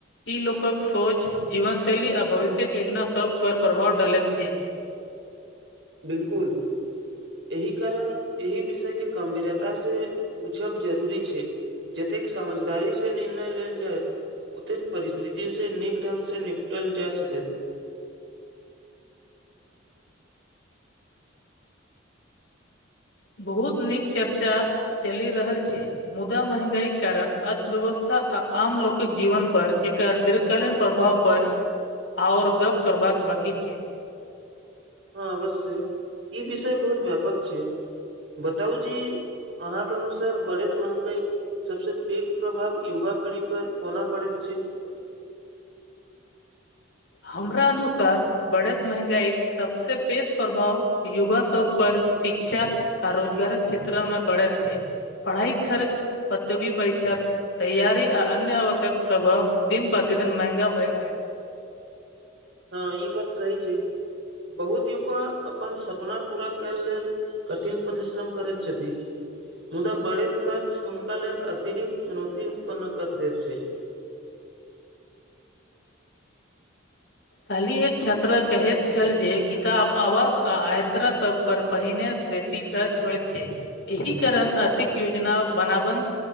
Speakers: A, on the left (about 70°); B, on the right (about 65°).
A: ई लोकक सोच जीवनशैली आ भविष्यक योजना सभपर प्रभाव डालैत छै
B: बिल्कुल एहि कारण एहि विषय केँ गंभीरता से बुझब जरूरी छै जतेक समझदारी सँ निर्णय लेल जाय ओतेक परिस्थिति सँ नीक ढंगसँ निपटल जा सकैत
A: बहुत नीक चर्चा चलि रहल छै मुदा महंगाई केँ कारण अर्थव्यवस्था आ आम लोकक जीवन पर एकर दृत कालीन प्रभाव पर आओर गप करबाक बाकी छै
B: हँ अवश्य ई विषय बहुत व्यापक छै बताउ जे अहाँ कऽ अनुसार बढ़ैत महंगाई सबसे पैघ प्रभाव युवा पीढ़ी पर कोना पड़ैत छैय
A: हमरा अनुसार बढ़ैत महंगाई सबसे पेघ प्रभाव युवा सब पर शिक्षा आ रोजगारक क्षेत्र मे बढ़ेत छै पढ़ाई खर्च प्रत्योगि परीक्षा तैयारी आ अन्य आवश्यक सब दिन - प्रतिदिन महंगा भैल रहै
B: हँ ई बात सही छैय बहुत युवा अपन सपना पूरा कयल लेल कठिन परिश्रम करै छति मुदा बढ़ैत खर्च हुनका लेल अतिरिक्त चुनौती उत्पन्न कर दैत छैय
A: काल्हि एक छात्रा कहैत छल जे किताब आवास आ यात्रा सब पर पहिनेसँ बेसी खर्च हो छैय एहि कारण आर्थिक योजना बनाबन